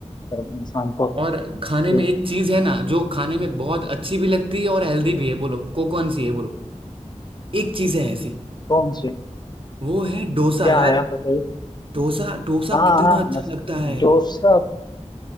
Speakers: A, on the left; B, on the right.
A: पर इंसान को
B: और खाने
A: ये
B: में एक चीज है ना जो खाने में बहुत अच्छी भी लगती है और हेल्दी भी है बोलो को कौन सी है बोलो एक चीज है ऐसी
A: कौन सी
B: वो है डोसा
A: क्या
B: यार
A: है आप बताइए
B: डोसा डोसा
A: हाँ
B: कितना
A: हाँ
B: अच्छा
A: मस
B: लगता है
A: डोसा